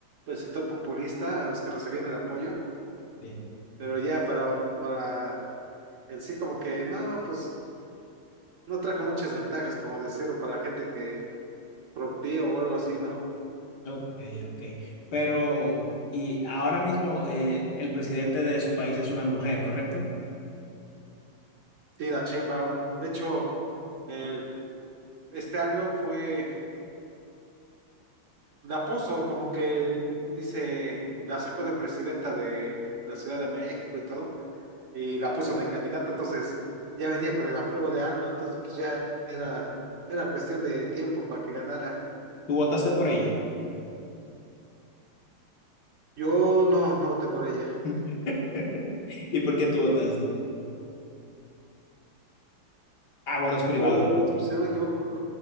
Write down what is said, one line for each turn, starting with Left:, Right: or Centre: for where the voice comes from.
Right: el sector populista, a los que recibían el apoyo,
Left: Sí.
Right: pero ya para, para en sí como que no, pues no trajo muchas ventajas, como decirlo, para gente que productiva o algo así, ¿no?
Left: Ok, ok. Pero, y ahora mismo eh, el presidente de su país es una mujer, ¿correcto?
Right: Sí, la chimba. De hecho, el, este álbum fue de Pozo, como que dice, la sacó de presidenta de la Ciudad de México y todo, y la puso de candidata, entonces ya venía con el apruebo de AMLO, entonces pues ya era, era cuestión de tiempo para que ganara.
Left: ¿Tú votaste por ella?
Right: Yo no, no voté por ella.
Left: <laughs> ¿Y por quién tú votaste? Ah, bueno, es privado
Right: Por,
Left: el voto.
Right: si no me equivoco,